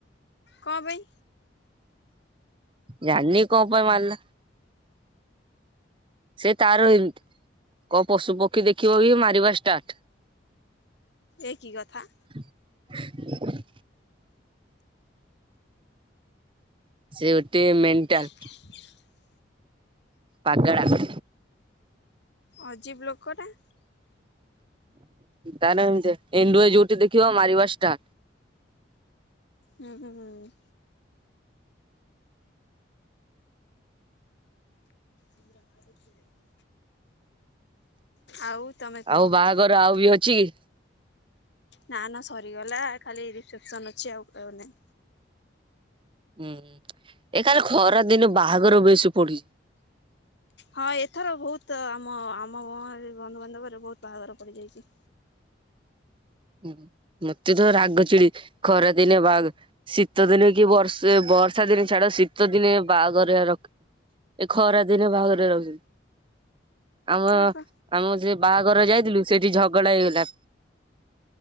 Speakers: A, on the left; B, on the right.
A: କପାଇଁ?
B: ଜା ନି କଁ ପାଇ ମାଇଲା? ସେ ତାର ଏମିତି କଣ ପଶୁ ପକ୍ଷୀ ଦେଖିବ କି ମାରିବା ଷ୍ଟାର୍ଟ।
A: ଏ କି କଥା?
B: <unintelligible> ସେ ଗୋଟିଏ ମେଣ୍ଟାଲ୍।
A: <unintelligible>
B: ପାଗେଳା।
A: ଅଜୀବ ଲୋକଟା।
B: ତାର ଏମିତି, ଏଣ୍ଡୁଅ ଯୋଉଠି ଦେଖିବ ମାରିବା ଷ୍ଟାର୍ଟ।
A: ହୁଁଁ ହୁଁ। <unintelligible> ଆଉ ତମେ କୁହ
B: ଆଉ ବାହାଘର ଆଉ ବି ଅଛିକି?
A: ନା ନା ସରିଗଲା ଖାଲି ରିସେପସନ୍ ଅଛି ଆଉ ଆଉ ନାହିଁ।
B: ହୁଁ ଏ ଖାଲି ଖରା ଦିନେ ବାହାଘର ବେଶୀ ପଡ଼ି
A: ହଁ ଏଥର ବହୁତ ଆମ ଆମ <unintelligible> ବନ୍ଧୁବାନ୍ଧବରେ ବହୁତ ବାହାଘର ପଡ଼ିଯାଇଚି।
B: ହୁଁ ମତେ ତ ରାଗ ଚିଡ଼େ ଖରା ଦିନେ ବାହାଘର ଶୀତ ଦିନେ କି ବର୍ଷେ ବର୍ଷା ଦିନେ ଛାଡ଼ ଶୀତ ଦିନେ ବାହାଘର ରଖ ଏ ଖରାଦିନେ ବାହାଘରେ ରହୁଚନ୍ତି। ଆମ
A: ହଁ ପା।
B: ଆମ ସେ ବାହାଘର ଯାଇଥିଲୁ ସେଇଠି ଝଗଡା ହେଇଗଲା।